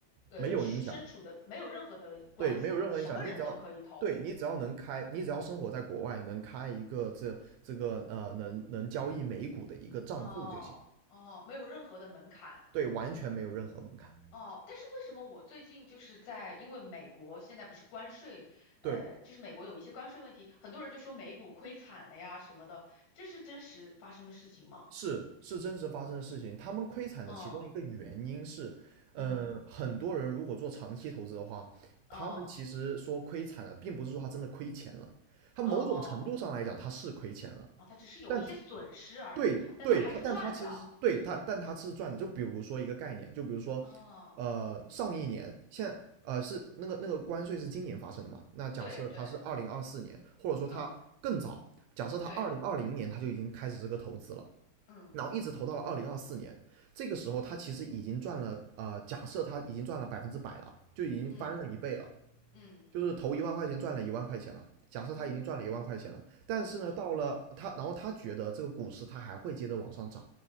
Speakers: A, on the left; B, on the right.
A: 呃身处的没有任何的关系吗？
B: 没有影响，对，没有任何影响，
A: 什么人都可以投
B: 你只要。对你只要能开，你只要生活在国外，能开一个这这个呃能能交易美股的一个账户就行。
A: 哦哦，没有任何的门槛。
B: 对，完全没有任何门槛。
A: 哦，但是为什么我最近就是在，因为美国现在不是关税，
B: 对，
A: 呃，就是美国有一些关税问题，很多人就说美股亏惨了呀什么的，这是真实发生的事情吗？
B: 是是真实发生的事情。他们亏惨的其中一个原因是，
A: 嗯
B: 嗯、
A: 嗯，
B: 很多人如果做长期投资的话，他们其实说亏惨了，
A: 哦
B: 并不是说他真的亏钱了，他某种程度上来讲他是亏钱了，
A: 哦哦哦，它只是有一些损失而已，
B: 但对对，
A: 它但它还是赚的。
B: 它但它其实是对它，但它是赚的。就比如说一个概念，就比如说，
A: 哦，
B: 呃，上一年现呃是那个那个关税是今年发生的嘛？那假设它是二零二四年，
A: 对对，
B: 或者说它更早，
A: 嗯
B: 假设它二零二零年它就已经开始这个投资了，
A: 对，嗯
B: 然后一直投到了二零二四年，这个时候它其实已经赚了呃，假设它已经赚了百分之百了，就已经翻了一倍了。
A: 嗯嗯
B: 就是投一万块钱赚了一万块钱了。假设他已经赚了一万块钱了，
A: 嗯
B: 但是呢，
A: 嗯
B: 到了他，然后他觉得这个股市他还会接着往上涨，